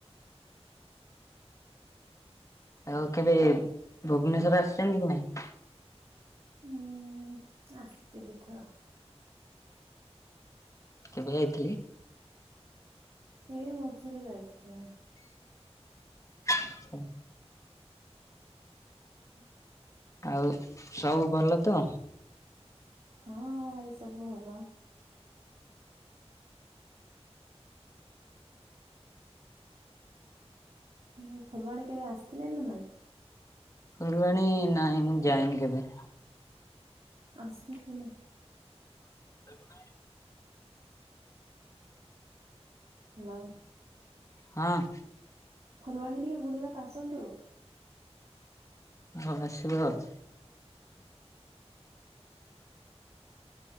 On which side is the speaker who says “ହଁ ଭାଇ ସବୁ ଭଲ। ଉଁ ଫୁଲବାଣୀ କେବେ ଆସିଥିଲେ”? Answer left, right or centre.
Right